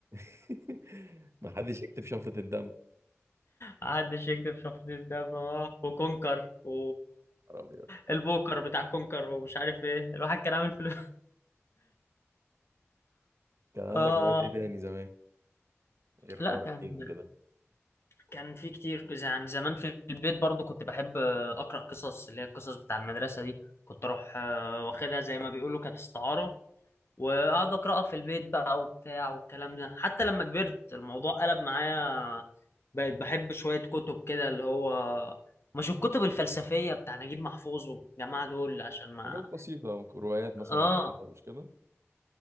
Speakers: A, on the right; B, on the left.
A: <laughs> محدش يكتب شفرة الدم
B: محدش يكتب شخصية ده بابا. وكونكر و
A: نهار أبيض
B: البوكر بتاع كونكر ومش عارف ايه الواحد كان عامل فلوس
A: كان عندك
B: <laughs> اه
A: هوايات إيه تاني زمان غير
B: لا
A: حوار
B: كان
A: الجيمنج ده
B: كان في كتير كذا يعني زمان في البيت برضو كنت بحب آه، اقرا قصص اللي هي القصص بتاع المدرسه دي كنت اروح آه، واخدها زي ما بيقولوا كانت استعاره وقعد اقراها في البيت بقى وبتاع والكلام ده حتى لما كبرت الموضوع قلب معايا بقيت بحب شويه كتب كده اللي هو مش الكتب الفلسفيه بتاع نجيب محفوظ والجماعه دول عشان ما
A: حاجات بسيطة ممكن روايات مثلا
B: اه
A: وكان أنت مش كده